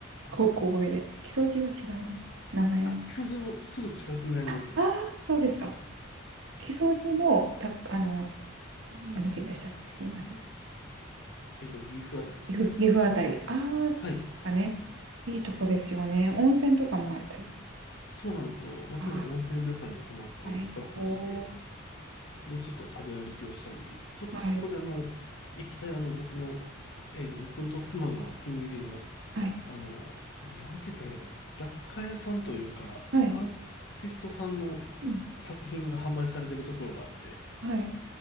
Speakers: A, on the right; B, on the left.
A: こ小声で。木曽路は違います。名前の。
B: 木曽路のすぐ近くになりますね。
A: ああ、そうですか。木曽路の、た、あの、何県でしたっけすいません。
B: えっと、岐阜あたりですかね。
A: 岐阜、岐阜あたり。ああ、そっかね。
B: はい。
A: いいとこですよね。温泉とかもあったり。
B: そうなんですよ。まさに温泉旅館に泊まって一泊をして、
A: ああ、最高。
B: で、ちょっと食べ歩きをしたり、ちょっとそこであの、
A: はい。
B: 行きたいあの、僕の、えっと、僕と妻がお気に入りの、
A: はい。
B: あの、なんて言ったらいいのかな。雑貨屋さんというか、
A: はい。
B: アーティストさんの作品が販売されてるところがあって、
A: うん。はい。